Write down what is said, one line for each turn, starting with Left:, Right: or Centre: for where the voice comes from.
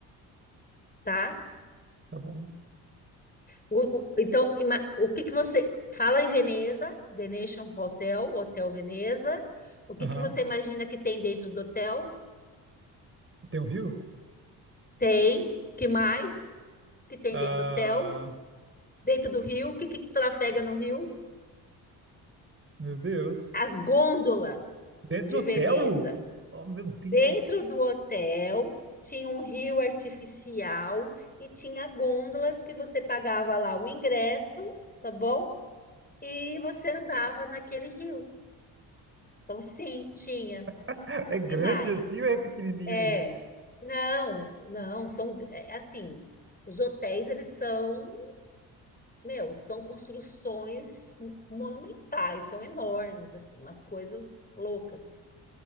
Left: tá?
Right: tá bom.
Left: O- o- então, ima- o que que você fala em Veneza, Venetian Hotel, Hotel Veneza? O que
Right: Aham.
Left: que você imagina que tem dentro do hotel?
Right: Tem um rio?
Left: Tem. Que mais? Que tem
Right: Ah,
Left: dentro do hotel? Dentro do rio? O que que trafega no rio?
Right: meu Deus.
Left: As gôndolas
Right: Dentro
Left: de
Right: do
Left: Veneza.
Right: hotel? Oh, meu Deus.
Left: Dentro do hotel tinha um rio artificial e tinha gôndolas que você pagava lá o ingresso, tá bom? E você andava naquele rio. Então, sim, tinha.
Right: <laughs> É grande
Left: Que mais?
Right: assim ou é pequenininho,
Left: É,
Right: viu?
Left: não, não, são é, assim, os hotéis eles são, meu, são construções monumentais, são enormes assim, umas coisas loucas.